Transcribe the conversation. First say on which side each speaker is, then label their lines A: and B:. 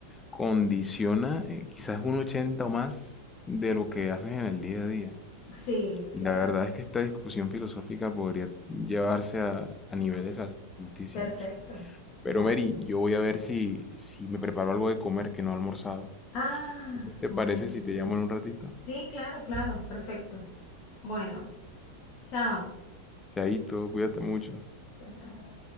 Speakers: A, on the left (about 15°); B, on the left (about 35°).
A: condiciona eh, quizás un 80 o más de lo que haces en el día a día.
B: Sí,
A: Y
B: claro.
A: la verdad es que esta discusión filosófica podría llevarse a, a niveles altísimos.
B: Perfecto.
A: Pero
B: Bueno.
A: Mary, yo voy a ver si, si me preparo algo de comer que no he almorzado.
B: Ah,
A: ¿Te
B: bueno,
A: parece
B: entonces.
A: si te llamo en un ratito?
B: Sí, claro, claro. Perfecto. Bueno, chao.
A: Chaito, cuídate mucho.
B: Chao, chao.